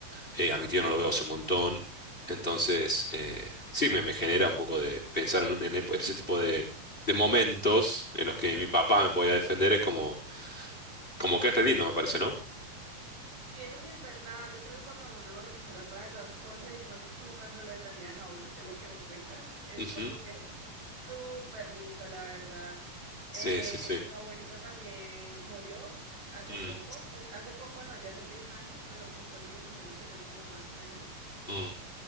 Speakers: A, on the left (about 15°); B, on the right (about 75°).
A: eh, a mi tío no lo veo hace un montón. Entonces, eh, sí, me, me genera un poco de pensar en, en ep- ese tipo de, de momentos en los que
B: ujú.
A: mi papá me podía defender. Es como, como que es re lindo, me parece, ¿no?
B: Sí, eso sí es verdad. Yo creo que cuando uno recuerda todas esas cosas y más como cuando lo defendían a uno, que es lo que me cuentas, es
A: Ujú.
B: como que súper lindo, la verdad.
A: Sí,
B: Eh,
A: sí, sí.
B: mi abuelita también murió hace
A: Mm,
B: poco, pues hace poco no, ya hace seis años, pero pues yo sigo sintiendo que fue como hace un año.
A: mm,